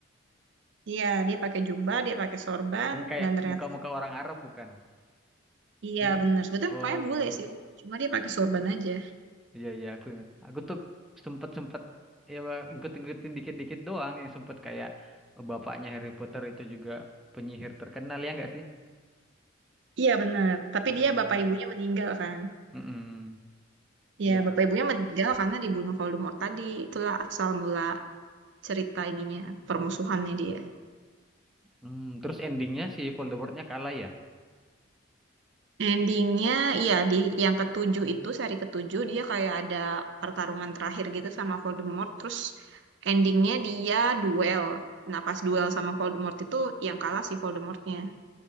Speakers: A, on the right; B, in the centre.
A: Iya dia pakai jubah, dia pakai sorban
B: yang kayak
A: dan ternyata
B: muka-muka orang Arab bukan?
A: iya
B: Iya nggak
A: benar.
B: sih?
A: Sebetulnya
B: Oh
A: mukanya
B: iya
A: bule
B: iya
A: sih, cuma dia pakai sorban aja.
B: iya iya, aku ingat. Aku tuh sempet sempet ya ngikut-ngikutin dikit-dikit doang yang sempet kayak bapaknya Harry Potter itu juga penyihir terkenal ya nggak sih?
A: Iya benar, tapi
B: Mm-mm.
A: dia bapak ibunya meninggal kan?
B: Mm-mm.
A: Iya,
B: Ya.
A: bapak ibunya meninggal karena dibunuh Voldemort tadi. Itulah asal mula cerita ininya, permusuhannya dia.
B: Hmm, terus endingnya si Voldemortnya kalah ya?
A: Endingnya, iya di yang ketujuh itu seri ketujuh dia kayak ada pertarungan terakhir gitu sama Voldemort. Terus endingnya dia duel. Nah pas duel sama Voldemort itu yang kalah si Voldemortnya.